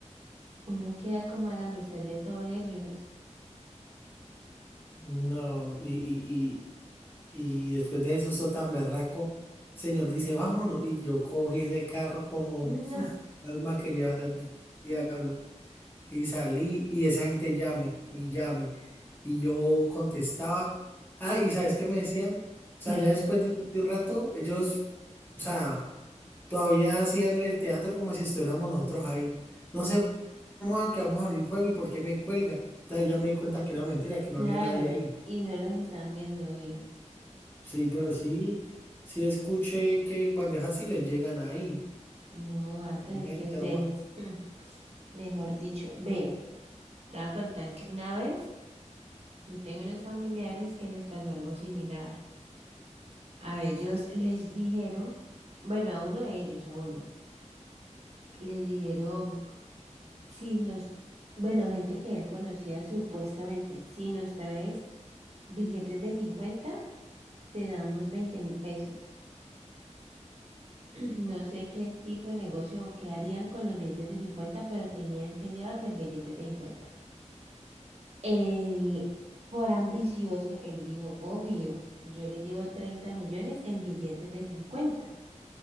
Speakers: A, on the right; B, on the left.
A: uno queda como a la merced de todos ellos.
B: No, y, y, y, y después de eso, eso tan berraco, el señor dice, vámonos. Y yo cogí ese carro como
A: No,
B: <laughs> alma que lleva el diablo. Y salí y esa gente llame y llame. Y yo contestaba. Ah, y ¿sabes qué me decían? O sea,
A: que
B: ya después de, de un rato, ellos, o sea, todavía hacían el teatro como si estuviéramos nosotros ahí. No se muevan que vamos a abrir fuego y por qué me cuelga. Entonces ya me di cuenta que era mentira, que
A: claro,
B: no había nadie ahí.
A: y no los están viendo vivo.
B: Sí, pero sí, sí escuché que cuando es así les llegan ahí.
A: No, antes
B: Hay gente
A: que ustedes,
B: armada.
A: <laughs> mm, mejor dicho, ve, te voy a contar que una vez yo tengo unos familiares que les pasó algo similar. A ellos les dijeron, bueno, a uno de ellos, a uno, les dijeron. Si nos, bueno, gente que él conocía supuestamente, si nos traes billetes de 50 te damos veinte mil pesos. <clears throat> No sé qué tipo de negocio o qué harían con los billetes de cincuenta pero tenían que llevarles billetes de cincuenta Él, por ambicioso, él dijo, obvio, yo le llevo 30 millones en billetes de cincuenta